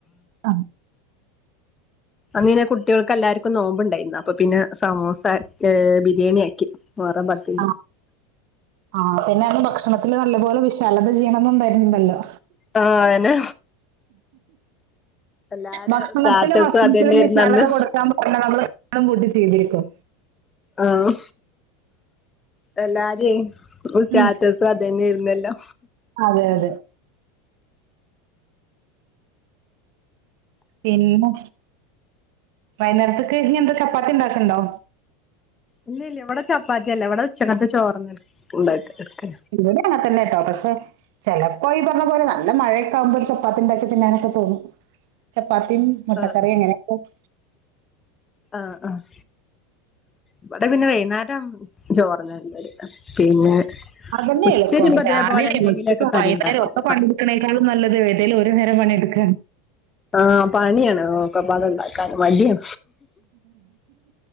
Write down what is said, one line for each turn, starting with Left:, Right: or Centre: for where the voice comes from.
Right: ആ
Left: അന്ന് പിന്നെ കുട്ട്യോൾക്ക് എല്ലാർക്കും നോമ്പ് ഉണ്ടായിരുന്നു അപ്പൊ പിന്നെ സമൂസ ബിരിയാണി ആക്കി മുഹറം പത്ത്
Right: ആ ആ പിന്നെ അന്നാ ഭക്ഷണത്തില് നല്ലപോലെ വിശാലത ചെയ്യണംന്നു ഉണ്ടായിുന്നില്ലല്ലോ
Left: ആഹ് അന്നെ എല്ലാരും
Right: ഭക്ഷണത്തിലും
Left: സ്റ്റാറ്റസും
Right: വസ്ത്രത്തിലും
Left: അതന്നൊയിരുന്നു
Right: വിശാലത
Left: അന്ന്
Right: <unintelligible> നമ്മള് കൂട്ടി ചെയ്തിരിക്കും
Left: ആഹ് എല്ലാരെ ഒ സ്റ്റാറ്റസ്
Right: ഉം
Left: സും അതന്നെരുന്നല്ലോ
Right: അതെ അതെ പിന്നെ വൈന്നേരത്തേക്ക് ഇനി എന്താ ചപ്പാത്തി ഉണ്ടാക്ക്ണ്ടോ
Left: ഇല്ല ഇല്ല ഇവിടെ ചപ്പാത്തിയല്ല ഇവിടെ ഉച്ചകത്തെ ചോറാന്ന് ഉണ്ട എടുക്ക
Right: ഇവടിം അങ്ങതന്നെ ട്ടോ പക്ഷെ ചെലപ്പോ ഇ ണ പോലെ നല്ല മഴയൊക്ക ആകുമ്പോ ഒരു ചപ്പാത്തി ഇണ്ടാക്കി തിന്നാനൊക്കെ തോന്നും ചപ്പാത്തിം മുട്ടക്കറി
Left: ആഹ്
Right: അങ്ങനെ ഓക്ക്
Left: ആഹ് ആഹ് ഇവ്ടെ പിന്ന വൈന്നാരം ചോറഞ്ഞെ തിന്നാല് പിന്നെ
Right: അതന്നെ
Left: ഉച്ച
Right: എൾപ്പം
Left: തിരിയുമ്പോ ഇതേപോലെ
Right: രാവിലെ അതന്നെ എളുപ്പം
Left: എന്തെങ്കിലുമൊക്കെ
Right: രാവിലിം ഉച്ചക്കു
Left: കടി
Right: വൈകുന്നേരം
Left: ഉണ്ടാക്കും
Right: ഒക്ക പണിയ്ട്ക്ക്ണെക്കളും നല്ലത് ഏതേലും ഒര് നേരം പണിയ്ട്ക്കാണ്
Left: ആഹ് പണിയാണ് ഒക്കപ്പാട് ഇണ്ടാക്കാന് മടിയാ